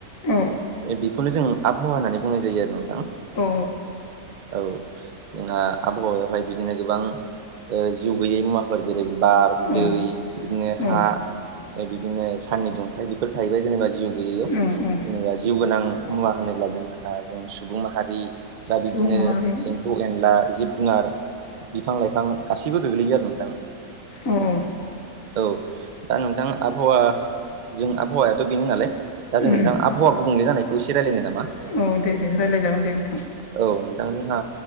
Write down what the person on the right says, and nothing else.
बेखौनो जों आबहावा होननानै बुंनाय जायो आरो नोंथां
औ जोंना आबहावायावहाय बिदिनो गोबां ओ जिउ गैयै मुवा जेरै बार
दै बिदिनो
हा <unintelligible> बिदिनो साननि दुंथाइ बेफोर थाहैबाय जेनेबा जिउ गैयैयाव
जेनेबा जिउ गोनां मुवा होनोब्ला जोंहा जों सुबुं माहारि बा
बिब्दिनो
एम्फौ एनला जिब जुनार बिफां लाइफां गाैबो गोग्लैयो आरो नोंथां
औ दा नोंथां आबहावा जों आबहावायाथ' बेनो नालाय दा
जों नोंथां आबहावा गुबुंले जानायखौ एसे रायलायनो नामा?
औ नोंथां जोंहा